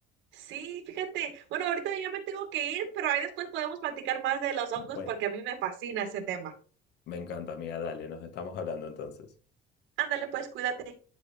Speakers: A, on the right; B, on the left.
A: Sí, fíjate. Bueno, ahorita ya me tengo que ir, pero ahí después podemos platicar más de los hongos
B: Bueno,
A: porque a mí me fascina ese tema.
B: me encanta, amiga. Dale, nos estamos hablando entonces.
A: Ándale, pues, cuídate.